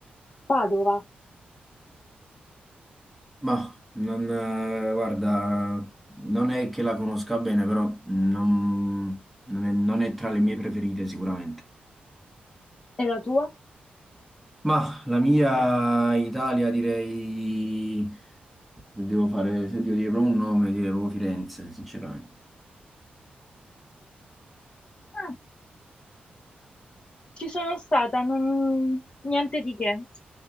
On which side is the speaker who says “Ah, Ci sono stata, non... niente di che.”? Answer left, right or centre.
Left